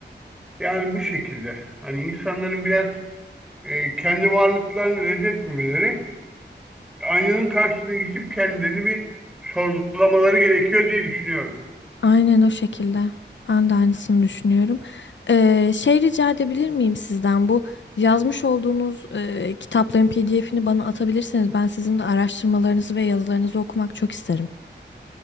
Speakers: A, in the centre; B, on the left (about 80°).
A: Yani bu şekilde. Hani insanların biraz e, kendi varlıklarını reddetmemeleri, aynanın karşısına geçip kendilerini bir sorgulamaları gerekiyor diye düşünüyorum.
B: Aynen o şekilde. Ben de aynısını düşünüyorum. Ee, şey rica edebilir miyim sizden? Bu yazmış olduğunuz e, kitapların PDF'ini bana atabilirseniz ben sizin de araştırmalarınızı ve yazılarınızı okumak çok isterim.